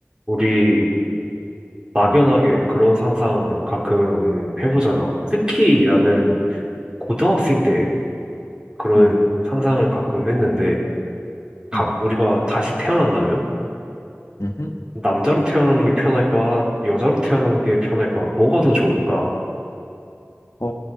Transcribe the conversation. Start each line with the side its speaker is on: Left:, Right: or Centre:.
Right: 우리 막연하게
Left: 음,
Right: 그런 상상 가끔 해보잖아. 특히 나는 고등학생 때 그런
Left: 음,
Right: 상상을 가끔 했는데, 각
Left: 음,
Right: 우리가 다시 태어난다면
Left: 음흠.
Right: 남자로 태어나는 게 편할까, 여자로 태어나는 게 편할까, 뭐가 더 좋을까?
Left: 아,